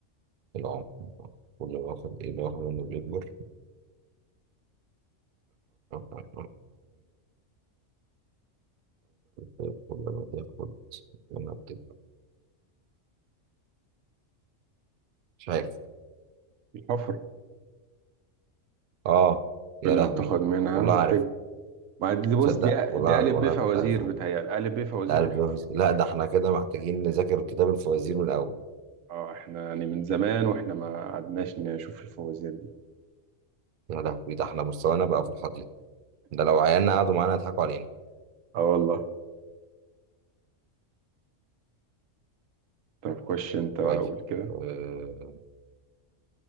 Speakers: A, on the right (about 65°); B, on the right (about 85°).
A: العمر كل ما اخد ايه اللي واخد منه بيكبر ولا بتاكل لما تاخد لما بتبقى مش عارف
B: الحفرة
A: اه يا
B: كل
A: لهوي
B: ما بتاخد منها
A: والله عارف
B: بتكبر ما دي بص
A: تصدق
B: دي
A: والله
B: دي ألف
A: والله
B: ب فوازير
A: كنت عارفها
B: بتهيألي ألف ب فوازير
A: لا عارف
B: الحفرة
A: بيهز- لا ده احنا كده محتاجين نذاكر كتاب الفوازير من الاول
B: اه احنا يعني من زمان واحنا ما قعدناش نشوف الفوازير دي
A: يا لهوي ده احنا مستوانا بقى في الحضيض ده لو عيالنا قعدوا معانا يضحكوا علينا
B: اه والله طب خش انت قول
A: طيب
B: كده
A: آه،